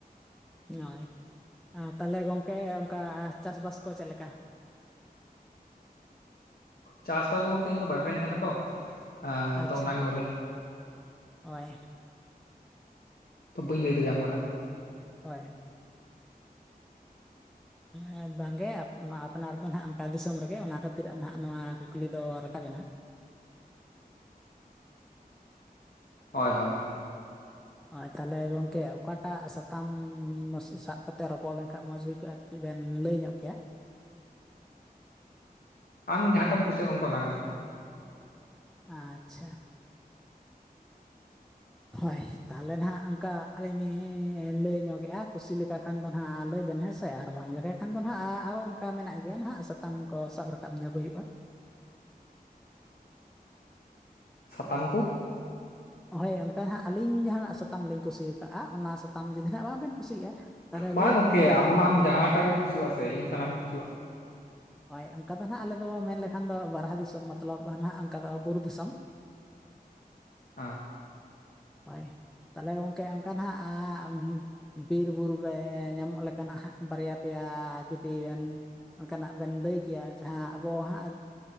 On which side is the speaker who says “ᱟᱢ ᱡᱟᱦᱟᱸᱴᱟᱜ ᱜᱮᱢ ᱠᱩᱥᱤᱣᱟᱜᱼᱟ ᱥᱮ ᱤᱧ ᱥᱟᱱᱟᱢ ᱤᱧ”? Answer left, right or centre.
Left